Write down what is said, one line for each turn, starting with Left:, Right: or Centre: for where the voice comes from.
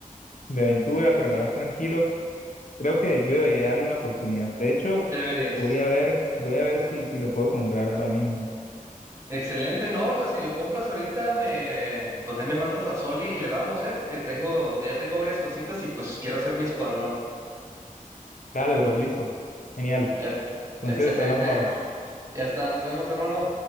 Left: de aventura, pero a la vez tranquilo. Creo que yo debería darle una oportunidad. De hecho,
Right: Deberías.
Left: voy a ver, voy a ver si, si lo puedo comprar ahora mismo.
Right: Excelente, ¿no? Lo- Si lo compras ahorita, me, pues ahí me mandas la Soli y le damos, ¿eh? Porque tengo, ya tengo varias cositas y pues quiero hacer mi escuadrón.
Left: Dale, bro, listo. Genial.
Right: Eh,
Left: Entonces,
Right: Excelente.
Left: hablamos ahora.
Right: Ya está, nos vemos, hermano.